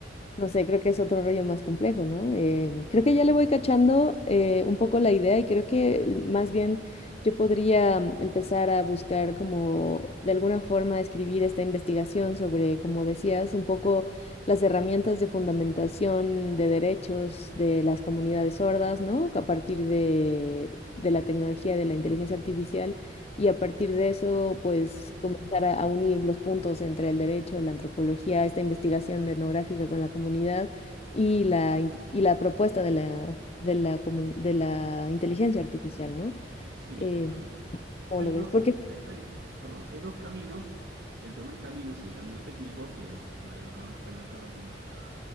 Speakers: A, on the left; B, on the right.
A: No sé, creo que es otro rollo más complejo, ¿no? Em, creo que ya le voy cachando eh, un poco la idea y creo que más bien yo podría mm, empezar a buscar como de alguna forma escribir esta investigación sobre, como decías, un poco las herramientas de fundamentación de derechos de las comunidades sordas, ¿no? A partir de, de la tecnología de la inteligencia artificial y a partir de eso, pues comenzar a, a unir los puntos entre el derecho, la antropología, esta investigación etnográfica con la comunidad y la, int- y la propuesta de la, de la, comun- de la inteligencia artificial, ¿no?
B: Sí,
A: Eh,
B: totalmente.
A: ¿cómo
B: Hay
A: lo
B: dos,
A: ves? Porque,
B: hay, hay- perdón, hay dos caminos. El primer camino es el camino técnico, que lo, lo acabas de relatar de manera